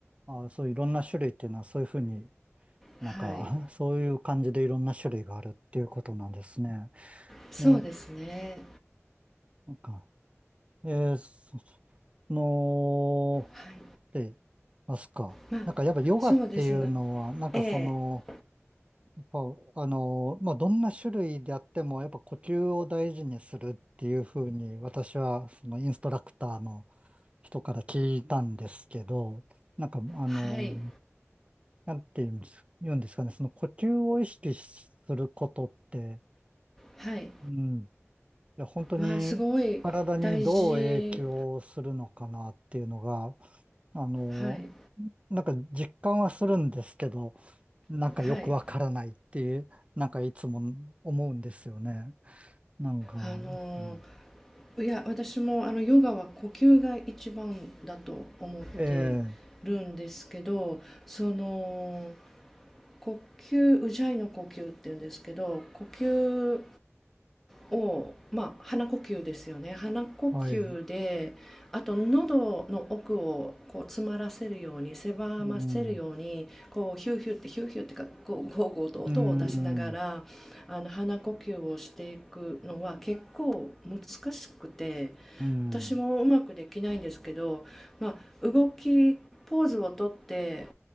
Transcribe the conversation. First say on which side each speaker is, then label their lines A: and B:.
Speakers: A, on the right; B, in the centre.
A: あー、そういろんな種類っていうのはそういうふうになんか、
B: はい
A: <laughs> そういう感じでいろんな種類があるっていうことなんですね。
B: そうですね
A: えー、なんか、えー、そその、
B: はい
A: で、ますか。
B: まあ
A: なんかやっぱヨガっていうのは、
B: そうですね
A: なんかその、
B: えー
A: ぱあの、まあ、どんな種類であっても、やっぱ呼吸を大事にするっていうふうに、私はそのインストラクターの人から聞いたんですけど、なんか、あの、
B: はい
A: なんて言うんです、言うんですかね、その呼吸を意識することって、
B: はい
A: うん、いや、本当に体にどう影響するのかなっていうのが、
B: わすごい大事
A: あの、
B: はい
A: なんか実感はするんですけど、なんかよくわからないっていう、
B: はい
A: なんかいつも思うんですよね。なんか、
B: あのー
A: うん
B: いや私もあのヨガは呼吸が一番だと思って
A: ええ、
B: るんですけどその呼吸ウジャイの呼吸っていうんですけど呼吸を、まあ、鼻呼吸ですよね鼻呼吸であと喉の奥をこう詰まらせるように狭ませるようにこうヒューヒューってヒューヒューってかこうゴーゴーと音を出しながらあの鼻呼吸をしていくのは結構難しくて
A: はい。うん、うん、うん、
B: 私もうまくできないんですけど、まあ、動きポーズをとって